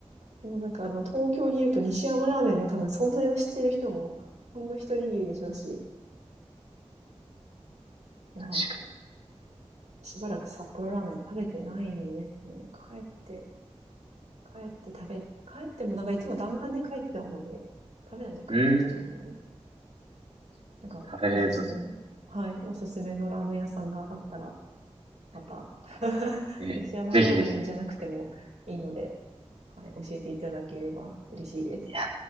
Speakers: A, on the right; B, on the right.
A: もうなんかあの、東京にいると西山ラーメンの多分存在を知ってる人も、ほんの一握りでしょうし、いやーは
B: 確か
A: しばらく札幌ラーメン食べてないですね。帰って、帰って食べ、帰ってもなんかいつも弾丸で帰っちゃうので、食べないで帰ってきちゃうので、
B: に。うーん。
A: なんかおすすめの、
B: 食べれるときに。
A: はい、おすすめのラーメン屋さんがあったら、また、
B: ええ、
A: 西山ラーメンじゃなくてもいいので、
B: ぜひぜひ。い
A: はい、教えていただければ嬉しいです。
B: や、